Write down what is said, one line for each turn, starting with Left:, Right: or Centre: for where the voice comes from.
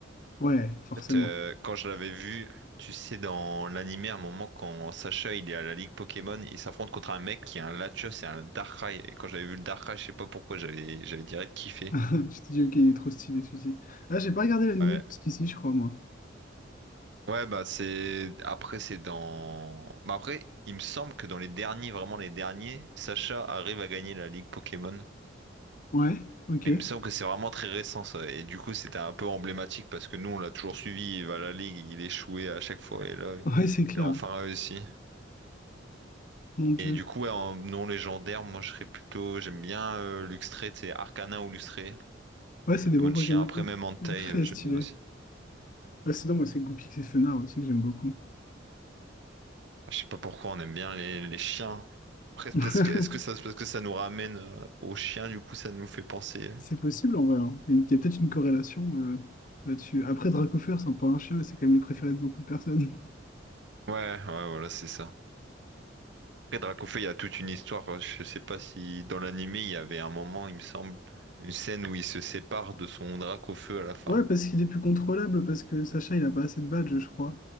Left: Ouais, forcément.
Right: fait, euh, quand je l'avais vu, tu sais, dans l'animé, à un moment, quand Sacha il est à la Ligue Pokémon, il s'affronte contre un mec qui a un Latios et un Darkrai. Et quand j'avais vu le Darkrai, je sais pas pourquoi, j'avais j'avais direct kiffé.
Left: <laughs> Tu te dis, ok, il est trop stylé celui-ci. Là, j'ai pas regardé l'animé
Right: Ouais,
Left: jusqu'ici, je crois, moi.
Right: ouais, bah c'est. Après, c'est dans. Bah après, il me semble que dans les derniers, vraiment les derniers, Sacha arrive à gagner la Ligue Pokémon.
Left: Ouais, ok.
Right: Il me semble que c'est vraiment très récent ça. Et du coup, c'était un peu emblématique parce que nous, on l'a toujours suivi. Il va à la Ligue, il échouait à chaque fois. Et là,
Left: Ouais, c'est clair.
Right: il a enfin réussi.
Left: Mon Dieu.
Right: Et du coup, ouais, en non légendaire, moi je serais plutôt. J'aime bien euh, Luxray, tu sais, Arcanin ou Luxray,
Left: Ouais,
Right: de
Left: c'est
Right: Pokémon
Left: des bons
Right: de
Left: Pokémon.
Right: chien. Après, même Entei,
Left: Luxe Très
Right: euh, j'aime
Left: stylé.
Right: bien aussi.
Left: Là, sinon, moi, c'est Goupix et Fenard aussi que j'aime beaucoup.
Right: Ah, je sais pas pourquoi on aime bien les, les chiens. Après, est-ce
Left: <laughs>
Right: que, est-ce que ça, parce que ça nous ramène euh, aux chiens, du coup, ça nous fait penser. euh.
Left: C'est possible, en vrai. hein. Il y a une- il y a peut-être une corrélation euh, là-dessus. Après, Dracofeu ressemble pas à un chien et c'est quand même le préféré de beaucoup de personnes. <laughs>
Right: Ouais, ouais, voilà, c'est ça. Après, Dracofeu, il y a toute une histoire. euh, Je sais pas si dans l'animé, il y avait un moment, il me semble, une scène où il se sépare de son Dracofeu à la fin.
Left: Ouais, parce qu'il est plus contrôlable, parce que Sacha, il a pas assez de badges, je crois.